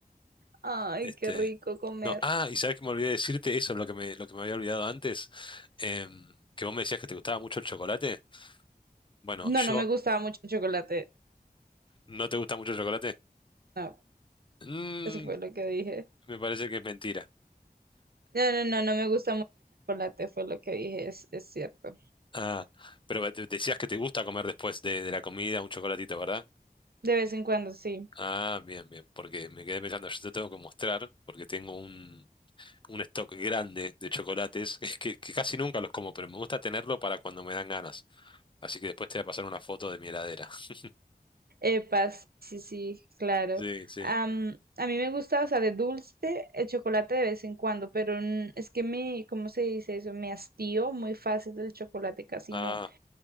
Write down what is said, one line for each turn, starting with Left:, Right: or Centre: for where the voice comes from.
Right: Ay,
Left: Este,
Right: qué rico comer.
Left: no, ah, y sabes que me olvidé decirte eso, lo que me, lo que me había olvidado antes, em, que vos me decías que te gustaba mucho el chocolate. Bueno,
Right: No,
Left: yo,
Right: no me gustaba mucho el chocolate.
Left: ¿no te gusta mucho el chocolate?
Right: No,
Left: Mm,
Right: eso fue lo que dije.
Left: me parece que es mentira.
Right: No, no, no, no me gusta mucho el chocolate, fue lo que dije, es, es cierto.
Left: Ah, pero te- decías que te gusta comer después de, de la comida un chocolatito, ¿verdad?
Right: De vez en cuando, sí.
Left: Ah, bien, bien, porque me quedé pensando, yo te tengo que mostrar, porque tengo un, un stock grande de chocolates, <laughs> que, que casi nunca los como, pero me gusta tenerlo para cuando me dan ganas. Así que después te voy a pasar una foto de mi heladera. <laughs>
Right: Epa, sí, sí, sí, claro.
Left: Sí, sí.
Right: Am, a mí me gusta, o sea, de dulce, el chocolate de vez en cuando, pero n- es que me, ¿cómo se dice eso? Me hastío muy fácil del chocolate, casi
Left: Ah,
Right: no.